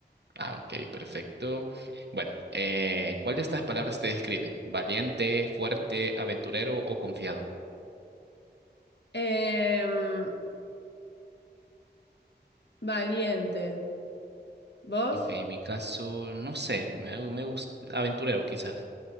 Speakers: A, on the right; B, on the left.
A: Ah, ok, perfecto. Bueno, eh, ¿cuál de estas palabras te describe? ¿Valiente, fuerte, aventurero o confiado?
B: Em, valiente. ¿Vos?
A: Ok, en mi caso, no sé, me, me gusta aventurero quizás.